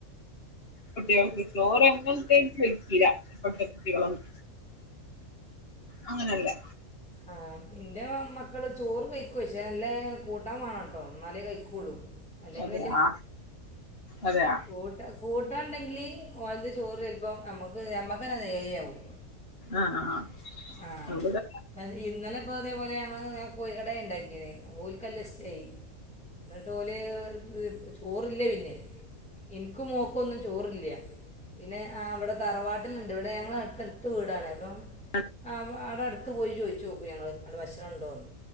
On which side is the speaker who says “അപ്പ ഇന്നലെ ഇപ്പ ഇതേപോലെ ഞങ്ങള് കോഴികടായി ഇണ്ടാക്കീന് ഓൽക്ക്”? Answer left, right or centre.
Centre